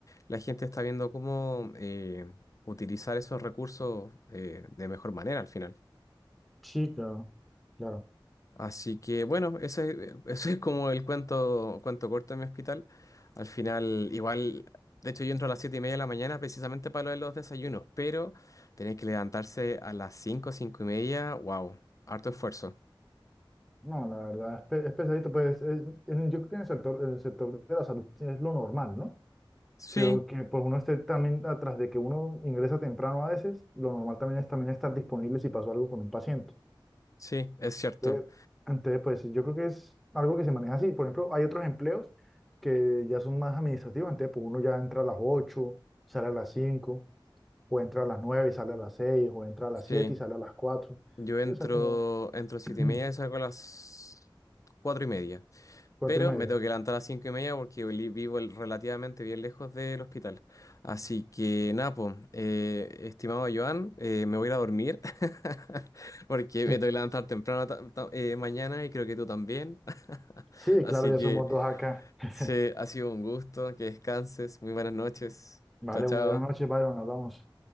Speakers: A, on the left (about 40°); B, in the centre.
A: la gente está viendo cómo eh, utilizar esos recursos eh, de mejor manera al final.
B: sí, claro, claro.
A: Así que bueno, ese, <laughs> eh, ese es como el cuento, cuento corto de mi hospital. Al final, igual, de hecho yo entro a las 7 y media de la mañana precisamente para lo de los desayunos, pero tener que levantarse a las 5, 5 y media, wow, harto esfuerzo.
B: No, la verdad es, pe- es pesadito, pues es- es- yo creo que en el sector, en el sector de la salud es lo normal, ¿no?
A: Sí,
B: Creo que pues uno esté también atrás de que uno ingresa temprano a veces, lo normal también es también estar disponible si pasó algo con un paciente.
A: sí, es cierto.
B: Entonces, entonces, pues yo creo que es algo que se maneja así. Por ejemplo, hay otros empleos que ya son más administrativos, entonces pues uno ya entra a las ocho sale a las cinco o entra a las 9 y sale a las seis o entra a las
A: Sí,
B: 7 y sale a las cuatro
A: yo
B: Sí,
A: entro,
B: o sea, como
A: entro a las 7
B: <clears throat>
A: y media y salgo a las 4 y media.
B: 4
A: Pero
B: y media.
A: me tengo que levantar a las cinco y media porque li- vivo el- relativamente bien lejos del hospital. Así que nada, po, eh, estimado Joan, eh, me voy a ir a dormir <laughs> porque
B: Sí,
A: me tengo que levantar temprano ta- ta- eh, mañana y creo que tú también. <laughs>
B: sí,
A: Así
B: claro, ya
A: que
B: somos dos acá. <laughs>
A: se ha sido un gusto, que descanses, muy buenas noches.
B: Vale,
A: Chao, chao.
B: buenas noches, Byron, hablamos.